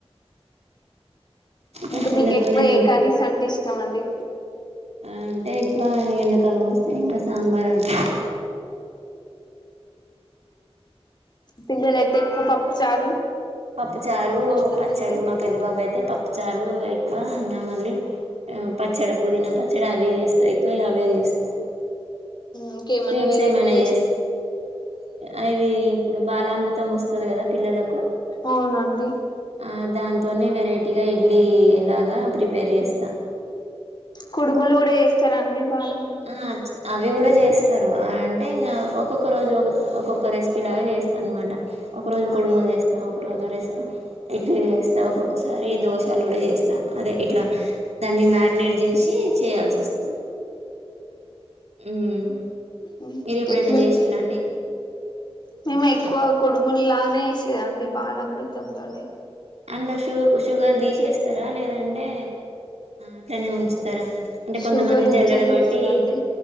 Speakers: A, on the right; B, on the left.
A: పచ్చళ్ళతోనే
B: ఇంక మీకు ఎక్కువ
A: తింట
B: ఏ కర్రీస్ అంటే ఇష్టమండి
A: అంటే ఎండాకాలం వస్తే ఇంకా సాంబార్ అండి
B: పిల్లలయితే ఎక్కువ పప్పు చారు
A: పప్పు చారు
B: సాంబార్
A: పచ్చళ్ళు
B: వస్తే
A: మా పెద్ద బాబైతే పప్పు చారు ఎక్కువ ఇంకా మళ్ళీ ఆ పచ్చడ పుదీనా పచ్చడ అవే చేస్తా ఎక్కువ అవే చేస్తా
B: ఇంకేమన్నా
A: స్వీట్స్
B: వెరైటీ
A: ఏమైన
B: చేస్త
A: చేస్ అది ఇప్పుడు బాలామృత తం వస్తది గదా పిల్లలకు
B: అవునండి
A: ఆ దాంతోనే వెరై టిగా ఇడ్లీ లాగా ప్రిపేర్ జేస్తా
B: కుడుములు గుడా ఏస్తారండి బాగా
A: ఆ అవి గూడా చేస్ త్తరు అంటే ఇంగ ఒక్కొక్క రోజు ఒ ఒక్కొక్క రెసిపీ లాగా చేస్తా అనమాట ఒక రోజు
B: అవునా
A: కుడుములు జేస్తా ఒక రోజు ఇడ్లీలు జేస్తా ఒక్కొక్కసారి దోశలు గుడా ఏస్తా అదే ఇట్లా దాన్ని మ్యాగ్నేట్ జేసి చేయాల్సి వస్తది మ్మ్
B: ఓ
A: మీరు ఎప్పుడైనా
B: ఎట్లుంటా
A: చేసిల్లా అండి
B: మేము ఎక్కువ కొడుములులానే ఏసేదండి బాలా అమృతంతోని
A: అడ్లో షు షుగర్ దీసేస్తారా లేదంటే అట్లనే ఉంచుతారా అంటే
B: షుగర్
A: కొంతమంది
B: ఉంచే
A: జల్లాడ
B: చేసినండి
A: వట్టి